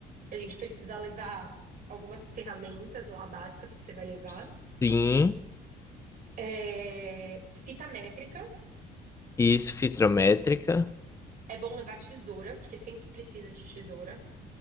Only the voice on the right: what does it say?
A gente precisa levar algumas ferramentas lá básicas que você vai levar.
É, fita métrica.
É bom levar tesoura, porque sempre precisa de tesoura.